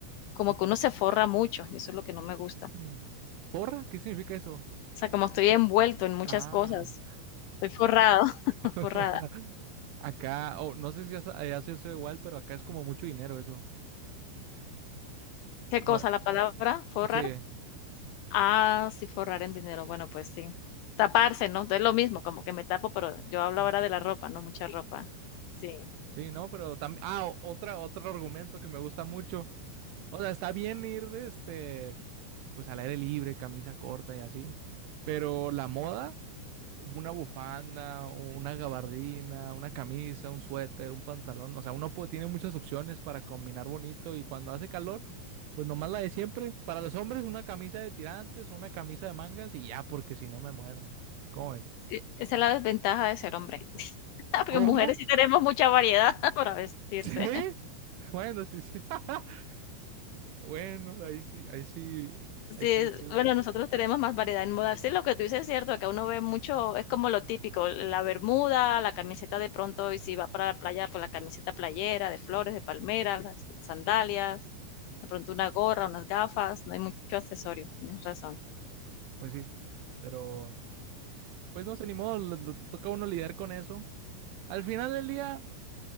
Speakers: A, on the left; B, on the right.
A: como que uno se forra mucho y eso es lo que no me gusta.
B: Mm. ¿Porra? ¿Qué significa eso?
A: O sea, como estoy envuelto en muchas
B: Ah,
A: cosas, estoy forrado, <laughs>
B: <laughs>
A: forrada.
B: porra. Acá, o no sé si has- eh, ha sido sido igual, pero acá es como mucho dinero eso.
A: ¿Qué
B: Como,
A: cosa? ¿La palabra forrar?
B: sí,
A: Ah, sí, forrar en dinero. Bueno, pues sí. Taparse, ¿no? Es lo mismo, como que me tapo, pero yo hablo
B: mm,
A: ahora de la ropa, ¿no? Mucha ropa. Sí.
B: sí, no, pero también, ah, o- otra, otro argumento que me gusta mucho O sea, está bien ir, este, pues al aire libre, camisa corta y así, pero la moda, una bufanda, una gabardina, una camisa, un suéter, un pantalón, o sea, uno puede- tiene muchas opciones para combinar bonito y cuando hace calor, pues nomás la de siempre. Para los hombres, una camisa de tirantes o una camisa de mangas y ya, porque si no me muero. ¿Cómo es?
A: Sí, esa es la desventaja de ser hombre. <laughs> Porque
B: ¿Cómo?
A: mujeres sí tenemos mucha variedad <laughs> para vestirse.
B: ¿Sí? <laughs> Bueno, sí, sí. <laughs> Bueno, ahí sí, ahí sí,
A: Sí,
B: ahí sí
A: es-
B: me quedo
A: bueno,
B: un poquito.
A: nosotros tenemos más variedad en moda. Sí, lo que tú dices es cierto, que uno ve mucho, es como lo típico, la bermuda, la camiseta de pronto, y si va para la playa, pues la camiseta playera, de flores, de palmera, las sandalias, de pronto una gorra, unas gafas, no hay mucho accesorio, tienes razón.
B: Pues sí, pero pues no sé, ni modo, lo- lo- toca a uno lidiar con eso. Al final del día,